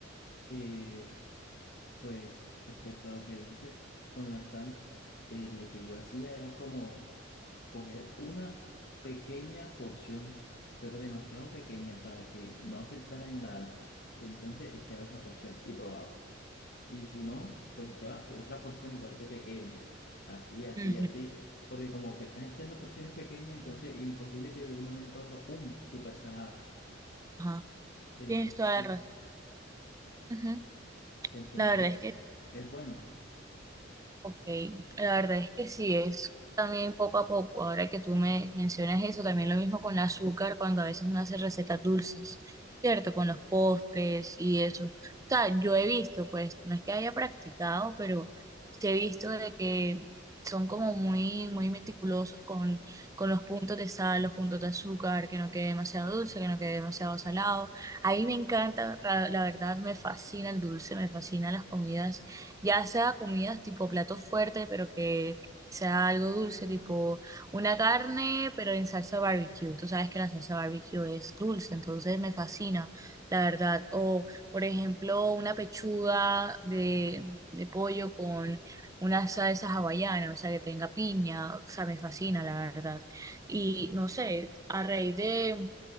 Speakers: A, on the left; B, on the right.
A: Eh, pues, respecto a lo que dices con la sal, eh, lo que yo hacía era como coger una pequeña porción, pero demasiado pequeña para que no afectara en nada. Entonces echaba esa porción y probaba. Y si no, pues echaba otra porción igual de pequeña. Así, así,
B: Ujú,
A: así. Porque como que estás echando porciones pequeñas, entonces imposible que de un momento a otro, ¡um! Súper salado.
B: Ajá.
A: Entonces,
B: Tienes toda la razón. Ujú.
A: entonces,
B: La verdad es que
A: es bueno.
B: Ok, la verdad es que sí, es también poco a poco. Ahora que tú me mencionas eso, también lo mismo con el azúcar, cuando a veces uno hace recetas dulces, ¿cierto? Con los postres y eso. O sea, yo he visto, pues, no es que haya practicado, pero sí he visto de que son como muy, muy meticulosos con, con los puntos de sal, los puntos de azúcar, que no quede demasiado dulce, que no quede demasiado salado. Ahí me encanta, la la verdad, me fascina el dulce, me fascinan las comidas ya sea comidas tipo plato fuerte pero que sea algo dulce, tipo una carne, pero en salsa barbecue. Tú sabes que la salsa barbecue es dulce, entonces me fascina, la verdad. O, por ejemplo, una pechuga de, de pollo con una salsa hawaiana, o sea, que tenga piña, o sea, me fascina, la verdad. Y no sé, a raíz de